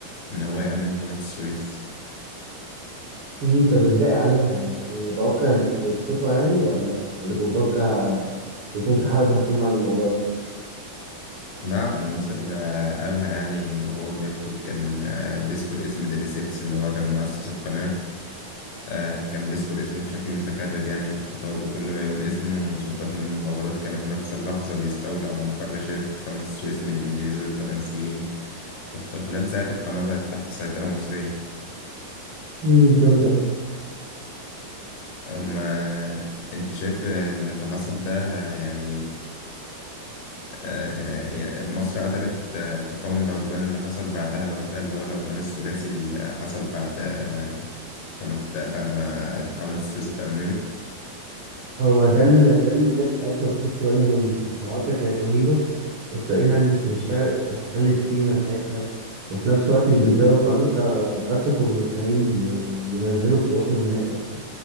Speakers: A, on the left; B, on the right.
A: إن هو يأمن قناة السويس.
B: امم طب ازاي اعلنها يعني كان متوقع انه هيسكتوا يعني ولا ولا كان متوقع يكون في حرب هتقوم عن الموضوع ده؟
A: ده عبد الناصر آه، قالها يعني وهو بيخطب كان آه، بيذكر اسم ديليسيبس اللي هو كان مؤسس القناة آه، كان بيذكر اسمه بشكل متكرر يعني في الخطاب وكل ما يقول اسمه ضباط من المخابرات كانوا في نفس اللحظة بيستولوا على مقر شركة قناة السويس من الإنجليز والفرنسيين وفي خلال ساعة القناة بقت تحت سيطرة مصرية
B: امم جامد قوي
A: أما أنت شايف إن اللي حصل ده يعني آه، يا- مصر قدرت آه، تقاوم العدوان اللي حصل بعدها لوحدها اللي هو العدوان الثلاثي اللي حصل بعد آه، قناة بعد ما قناة السويس اتأممت
B: هو ده اللي ده اللي الناس ساعات ما بتاخدش بالها منه يعني المعركه كانت رهيبه اسرائيل هجمت من الشرق واحتلت سينا ساعتها وفي نفس الوقت انجلترا وفرنسا قصفوا بورسعيد و... ونزلوا قواتهم هناك اصلا